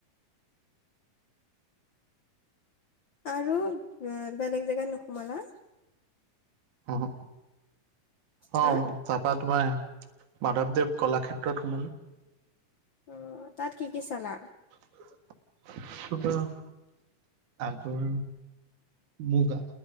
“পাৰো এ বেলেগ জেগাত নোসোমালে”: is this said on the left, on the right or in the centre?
Left